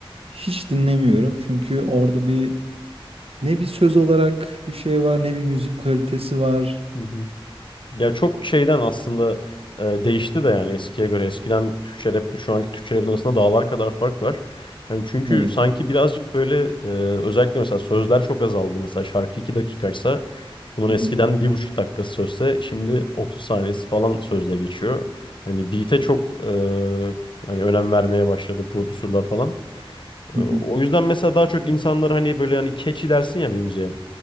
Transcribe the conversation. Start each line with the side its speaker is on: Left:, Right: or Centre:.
Right: hiç dinlemiyorum. Çünkü orada bir ne bir söz olarak bir şey var ne bir müzik kalitesi var.
Left: Hı hı. Ya çok şeyden aslında e, değişti de yani eskiye göre. Eskiden Türkçe rap şu anki Türkçe rapin arasında dağlar kadar fark var. Yani çünkü
Right: Evet.
Left: sanki birazcık böyle e, özellikle mesela sözler çok azaldı. Mesela şarkı 2 dakikaysa bunun
Right: Hı
Left: eskiden
Right: hı,
Left: bir buçuk dakikası sözse şimdi 30 saniyesi falan sözle geçiyor. Hani beat'e çok e, hani önem vermeye başladı prodüsörler falan. E,
Right: hı
Left: o
Right: hı,
Left: yüzden mesela daha çok insanlar hani böyle hani catchy dersin ya bir müziğe.